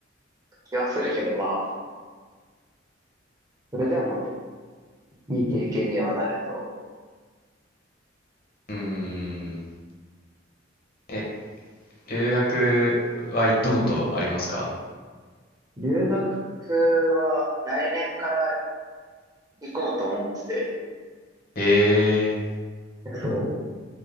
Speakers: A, on the right; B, on the left.
A: 気はするけど、まあ、それでもいい経験にはなると思
B: うーん。え、留学は行ったことありますか
A: う。うん。留学は来年から行こうと思ってて、
B: え
A: そ